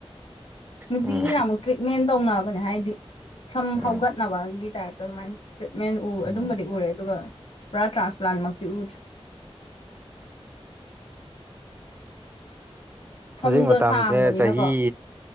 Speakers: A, on the left; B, on the right.
A: ꯅꯨꯄꯤꯒꯤꯅꯃꯨꯛ
B: ꯎꯝ
A: ꯇ꯭ꯔꯤꯟꯠ ꯃꯦꯟ ꯇꯧꯅꯕꯅꯦ ꯍꯥꯏꯗꯤ ꯁꯝ
B: ꯎꯝ
A: ꯍꯧꯒꯠꯅꯕꯒꯤ ꯇꯥꯏꯞꯇ ꯑꯗꯨꯃꯥꯏ ꯇ꯭ꯔꯤꯠꯃꯦꯟ ꯎ
B: ꯎꯝ
A: ꯑꯗꯨꯝꯕꯗꯤ ꯎꯔꯦ ꯑꯗꯨꯒ ꯄꯨꯔꯥ ꯇ꯭ꯔꯥꯟꯁꯄ꯭ꯂꯥꯟꯃꯛꯇꯤ ꯎꯗ꯭ꯔꯤ ꯁꯝꯗꯣ
B: ꯍꯧꯖꯤꯛ ꯃꯇꯝꯁꯦ
A: ꯁꯥꯡꯕꯅꯤꯅꯀꯣ
B: ꯆꯍꯤ